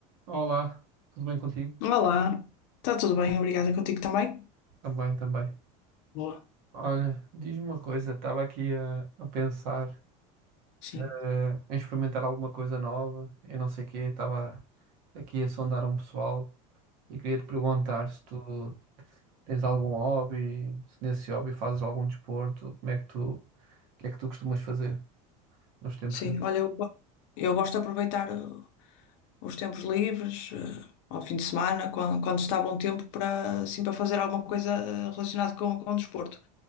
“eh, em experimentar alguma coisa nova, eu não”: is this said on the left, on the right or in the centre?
Right